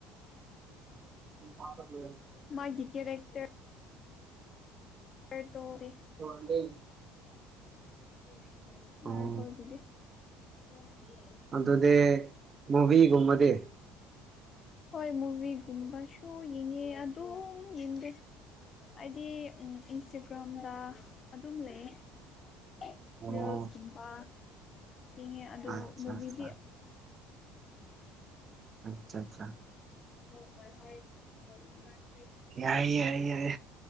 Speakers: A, on the right; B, on the left.
A: <unintelligible>
B: <unintelligible> ꯃꯥꯒꯤ ꯀꯦꯔꯦꯛꯇꯔ ꯇꯔ ꯇꯣꯗꯦ꯫
A: <unintelligible>
B: <unintelligible> ꯅꯟꯇꯔꯅꯦꯜ ꯅꯔꯨꯇꯣꯒꯤꯗꯤ
A: ꯑꯣ
B: <unintelligible>
A: ꯑꯗꯨꯗꯤ ꯃꯨꯕꯤꯒꯨꯝꯕꯗꯤ꯫
B: ꯍꯣꯏ ꯃꯨꯕꯤꯒꯨꯝꯕꯁꯨ ꯌꯦꯡꯉꯦ <unintelligible> ꯑꯗꯨꯝ ꯌꯦꯡꯗꯦ꯫ <unintelligible> ꯍꯥꯏꯗꯤ ꯎꯝ ꯏꯟꯁꯇꯒ꯭ꯔꯥꯝꯗ ꯑꯗꯨꯝ ꯂꯩꯑꯦ
A: ꯑꯣ
B: ꯫ ꯔꯤꯜꯁꯀꯨꯝꯕ <unintelligible> ꯌꯦꯡꯉꯦ ꯑꯗꯣ
A: ꯑꯠꯆꯥ
B: ꯃꯨꯕꯤꯗꯤ
A: ꯑꯠꯆꯥ
B: ꯍꯥ
A: ꯑꯠꯆꯥ ꯑꯠꯆꯥ
B: ꯥ <unintelligible> ꯋꯥꯏꯐꯥꯏ <unintelligible>
A: ꯌꯥꯏ ꯌꯥꯏ ꯌꯥꯏꯌꯦ꯫